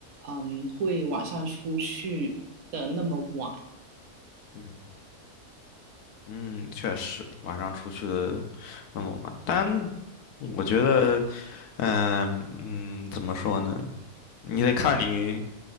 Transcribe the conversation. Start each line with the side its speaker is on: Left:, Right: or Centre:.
Right: 嗯会晚上出去的那么晚，
Left: 嗯哼。嗯，确实，晚上出去的那么晚，但我觉得，嗯嗯，怎么说呢？你得看你，